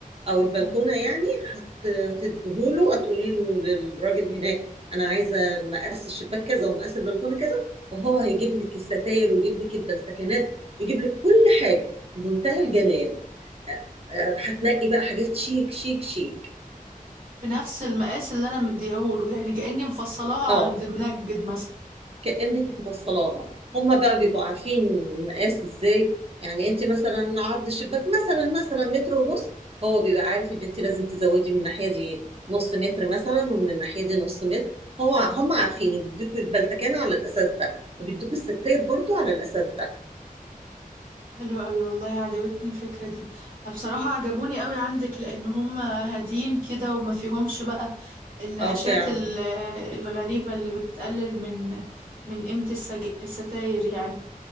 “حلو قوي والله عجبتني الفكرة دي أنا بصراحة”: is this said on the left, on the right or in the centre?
Right